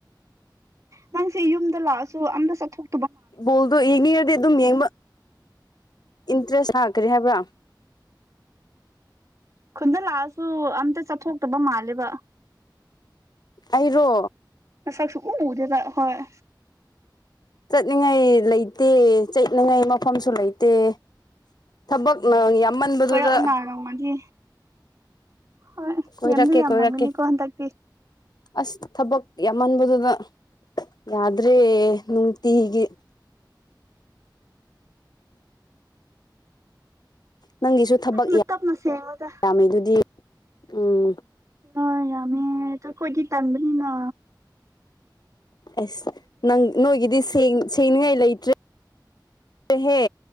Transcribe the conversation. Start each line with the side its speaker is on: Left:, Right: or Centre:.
Right: ꯅꯪꯁꯤꯦ ꯌꯨꯝꯗ ꯂꯥꯛꯑꯁꯨ ꯑꯝꯇ ꯆꯠꯊꯣꯛ
Left: ꯣꯜꯗꯣ ꯌꯦꯡꯅꯤꯗꯤ ꯑꯗꯨꯝ ꯌꯦꯡꯕ ꯏꯟꯇ꯭ꯔꯦꯁ ꯂꯥꯛꯈ꯭ꯔꯦ ꯍꯥꯏꯕ꯭ꯔꯥ
Right: ꯈꯨꯟꯗ ꯂꯥꯛꯑꯁꯨ ꯑꯝꯇ ꯆꯠꯊꯣꯛꯇꯕ ꯃꯥꯜꯂꯦꯕ
Left: ꯑꯩꯔꯣ
Right: ꯑꯁꯁꯨ ꯎ ꯇ ꯍꯣꯏ
Left: ꯆꯠꯂꯤꯉꯥꯏ ꯂꯩꯇꯦ ꯆꯠꯂꯤꯉꯥꯏ ꯃꯐꯝꯁꯨ ꯂꯩꯇꯦ ꯊꯕꯛꯅ ꯌꯥꯝꯃꯟꯕꯗꯨꯗ
Right: ꯀꯅꯔ ꯃꯗꯤ ꯍꯣꯏ
Left: ꯀꯣꯏꯔꯛꯀꯦ
Right: ꯌꯥꯝꯗꯤ ꯌꯥꯝ
Left: ꯀꯣꯏꯔꯛꯀꯦ
Right: ꯉꯝꯒꯅꯤꯀꯣ ꯍꯟꯗꯛꯇꯤ
Left: ꯑꯁ ꯊꯕꯛ ꯌꯥꯝꯃꯟꯕꯗꯨꯗ ꯌꯥꯗ꯭ꯔꯦ ꯅꯨꯡꯅꯨꯡꯇꯤ ꯍꯤꯒꯤ ꯅꯪꯒꯤꯁꯨ ꯊꯕꯛ
Right: ꯇꯞꯅ ꯇꯞꯅ ꯁꯦꯡꯉꯣꯗ
Left: ꯌꯥꯝꯃꯤ ꯑꯗꯨꯗꯤ ꯎꯝ
Right: ꯍ ꯌꯥꯃꯤ ꯀꯣꯏꯗꯤ ꯇꯥꯟꯗꯅꯤꯅ
Left: ꯑꯁ ꯅꯪ ꯅꯣꯏꯒꯤꯗꯤ ꯁꯦꯡ ꯁꯦꯡꯅꯤꯡꯉꯥꯏ ꯂꯩꯇ꯭ꯔꯦꯍꯦ